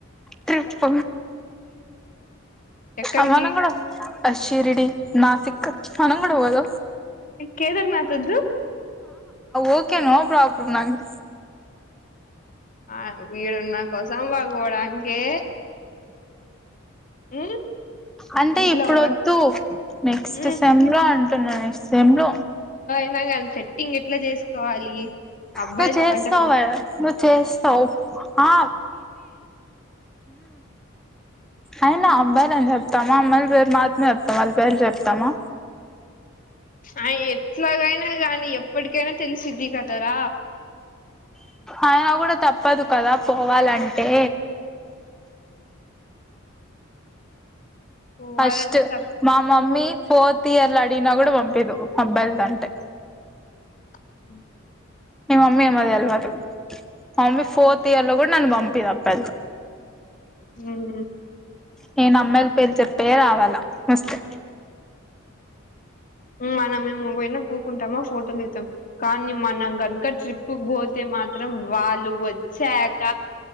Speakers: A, in the centre; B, on the left.
A: త్రిప్ప
B: ఎక్కడికి
A: అమాన కూడా కూడా శిర్డి నాసిక్ అనం కూడా కూడా పోదు
B: కేదార్నాథ్ వద్దు
A: ఓకే నో ప్రాబ్లమ్ నాంగ్
B: ఆ వీడున్న కోసం వాాగవడానినికి ఉమ్
A: అంటే
B: ఇంట్లో
A: ఇప్పుడు
B: ఎవ-
A: వద్దు నెక్స్ట్
B: ఉమ్
A: సెమ్ లో అంటున్నా నెక్స్ట్ సెమ్ లో
B: కాని సెట్టింగ్ ఎట్లా చేసుకోవాలి అబ్బాయిలతో
A: నువ్వు చేస్తావు
B: అంటే పా
A: నువ్వు చేస్తావు ఆ అయినా అబ్బాయిలు అని చెప్తామా మళ్ళీ పేరు మా అతమ చెప్తాం మళ్ళీ పేరు చెప్తామా
B: ఆ ఎట్లాగైనా కానీ ఎప్పటికైనా తెలిసిది కదార
A: ఆయన కూడా తప్పదు కదా పోవాలంటే
B: పోవాలంటే
A: అస్ట్ మా
B: తప్పదు
A: మమ్మీ ఫోర్త్ తీయర్లా అడిగిన కూడా పంపిది పంబల్ద అంటే
B: హ
A: నిమ్ మమ్మీ అమ్మది అల్వదు మమ్మీ ఫోర్త్ ఇయర్ లో కూడా నన్ను పంపిది అబ్బాయిలకు
B: ఉమ్
A: నేను అమ్మాయిల పేరు చెప్పే రావాలా వస్తే
B: మనం మేము పోనా కూకుంటామ ఫోటోలుద్దాం కానీ మనం కనుక ట్రిప్పుకి పోతే మాత్రం వాళ్ళు వచ్చాక